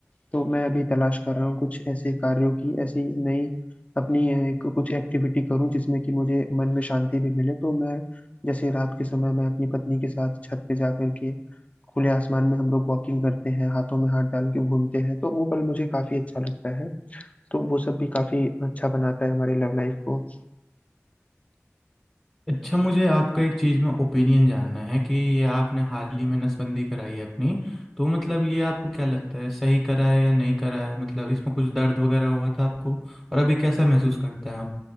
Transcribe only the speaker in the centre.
अच्छा मुझे आपका एक चीज़ में ओपिनियन जानना है कि ये आपने हाल ही में नसबंदी कराई है अपनी तो मतलब ये आपको क्या लगता है सही करा है या नहीं करा है मतलब इसमें कुछ दर्द वगैरह हुआ था आपको और अभी कैसा महसूस करते हैं आप